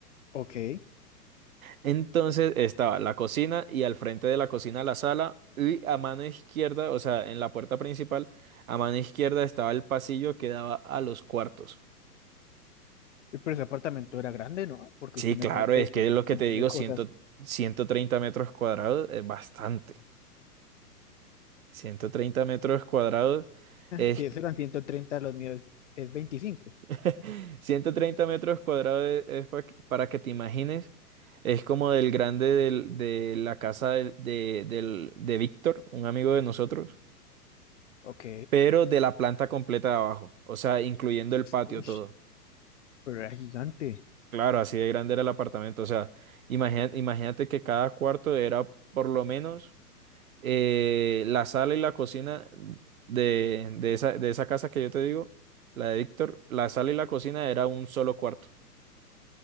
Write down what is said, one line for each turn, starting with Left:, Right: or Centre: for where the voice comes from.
Left: Ok.
Right: Entonces estaba la cocina y al frente de la cocina la sala y a mano izquierda, o sea, en la puerta principal, a mano izquierda estaba el pasillo que daba a los cuartos.
Left: Pero ese apartamento era grande, ¿no? Porque
Right: Sí,
Left: usted me
Right: claro,
Left: cuenta
Right: es
Left: y tenía
Right: que lo
Left: un
Right: que
Left: montón
Right: te digo,
Left: de cosas.
Right: cien, ciento treinta metros cuadrados es bastante. 130 metros cuadrados es...
Left: Si esos eran 130 los míos es veinticinco.
Right: <laughs> ciento treinta metros cuadrados es, es pa- para que te imagines, es como del grande del- de la casa de, de, del- de Víctor, un amigo de nosotros,
Left: Ok.
Right: pero de la planta completa de abajo, o sea, incluyendo el patio
Left: Uy,
Right: todo.
Left: pero era gigante.
Right: Claro, así de grande era el apartamento, o sea, imagina- imagínate que cada cuarto era por lo menos... Eh, la sala y la cocina de, de esa, de esa casa que yo te digo, la de Víctor, la sala y la cocina era un solo cuarto,